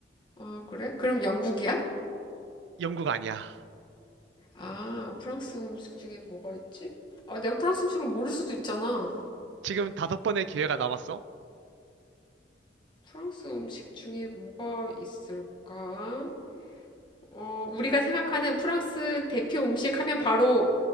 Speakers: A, on the left; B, on the right.
A: 아, 그래? 그럼 영국이야?
B: 영국 아니야.
A: 아, 프랑스 음식 중에 뭐가 있지? 아, 내가 프랑스 음식을 모를 수도 있잖아.
B: 지금 다섯 번의 기회가 남았어?
A: 프랑스 음식 중에 뭐가 있을까? 어, 우리가 생각하는 프랑스 대표 음식 하면 바로